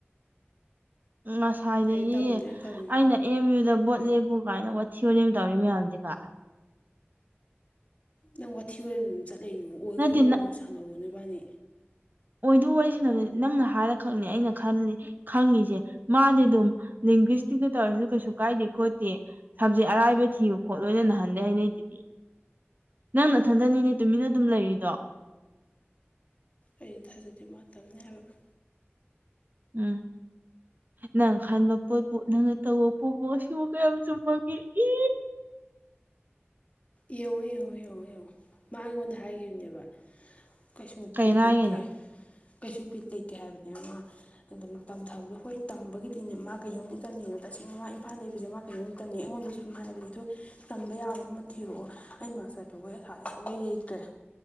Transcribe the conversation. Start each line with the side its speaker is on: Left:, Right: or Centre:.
Right: ꯉꯁꯥꯏꯗꯒꯤ
Left: ꯍꯥꯏꯗꯤ ꯇꯝꯗ꯭ꯔꯦꯅ ꯈꯜꯂꯨ
Right: ꯑꯩꯅ ꯑꯦꯝ ꯌꯨꯗ ꯕꯣꯠ ꯂꯦꯞꯄꯨ ꯀꯥꯏꯅ ꯋꯥꯊꯤ ꯋꯥꯔ‌ꯦꯝ ꯇꯧꯔꯤ ꯃꯌꯥꯝꯁꯤꯒ
Left: ꯅꯪ ꯋꯥꯊꯤ ꯋꯥꯔ‌ꯦꯝ ꯑꯗꯨꯝ ꯆꯠ ꯂꯩꯅꯨ ꯑꯣꯏꯒꯗꯧꯕ
Right: ꯅꯠꯇꯦ
Left: ꯋꯥꯗ‌ꯣ ꯁꯥꯟꯅꯧꯋ‌ꯣ ꯅꯣꯏꯕꯥꯅꯤ
Right: ꯑꯣꯏꯗꯨ ꯋꯥꯔꯤꯁꯅꯕ ꯅꯪꯅ ꯍꯥꯏꯔ ꯈꯛꯅꯦ ꯑꯩꯅ ꯈꯜꯂꯤ ꯈꯪꯉꯤꯁꯦ ꯃꯥꯗꯤ ꯑꯗꯨꯝ ꯂꯤꯡꯒ꯭ꯁꯇꯤꯛꯇ ꯇꯧꯔꯁꯨ ꯀꯩꯁꯨ ꯀꯥꯏꯗꯦ ꯈꯣꯠꯇꯦ ꯁꯝꯖꯦꯛ ꯑꯔꯥꯏꯕ ꯊꯤꯌꯨ ꯈꯣꯠ ꯂꯣꯅ ꯅꯥꯍꯟꯗꯩ ꯍꯥꯏꯅꯩꯗꯨꯗꯤ ꯅꯪ ꯅꯊꯟꯗꯅꯤꯅꯦ ꯇꯨꯃꯤꯟꯅ ꯗꯨꯝ ꯂꯩꯔꯤꯗꯣ
Left: ꯑꯩ ꯊꯥꯖꯗꯦ ꯃꯥ ꯇꯝꯅꯤ ꯍꯥꯏꯕ
Right: ꯎꯝ ꯅꯪ ꯈꯟꯕ ꯄꯣꯠꯄꯨ ꯅꯪꯅ ꯇꯧꯕ ꯄꯣꯠꯄꯨ ꯁꯤꯕꯨ ꯀꯌꯥꯝ ꯆꯨꯝꯃꯒꯦ ꯏ
Left: ꯌꯦꯡꯉꯣ ꯌꯦꯡꯉꯣ ꯌꯦꯡꯉꯣ ꯌꯦꯡꯉꯣ ꯃꯥ ꯑꯩꯉꯣꯟꯗ ꯍꯥꯏꯈꯤꯕꯅꯦꯕ ꯀꯩꯁꯨ
Right: ꯀꯩꯅꯣ
Left: ꯕꯤꯠ ꯂꯩꯇꯦ
Right: ꯍꯥꯏꯁꯤꯅ
Left: ꯀꯩꯁꯨ ꯕꯤꯠ ꯂꯩꯇꯦ ꯍꯥꯏꯕꯅꯦꯕ ꯃꯥ ꯑꯗꯨꯝ ꯇꯝꯊꯕꯗꯣ ꯍꯣꯏ ꯇꯝꯕꯒꯤꯗꯤꯅꯦ ꯃꯥ ꯀꯩꯅꯣꯝꯒꯤ ꯇꯝꯅꯤꯡꯉꯣ ꯇꯁꯦꯡꯅ ꯃꯥ ꯏꯝꯐꯥꯜ ꯂꯩꯕꯁꯦ ꯃꯥ ꯀꯩꯩꯅꯣꯝ ꯅꯤ ꯑꯩꯉꯣꯟꯗꯁꯨ ꯁꯨꯝ ꯍꯥꯏꯕꯗꯤ ꯊꯣꯏ ꯇꯝꯕ ꯌꯥꯕ ꯊꯤꯔꯛꯑꯣ ꯑꯩ ꯃꯥꯁꯇꯔꯗꯨꯕꯣꯏ ꯑꯁꯥ ꯏꯁꯩ ꯂꯩꯩꯇ꯭ꯔꯦ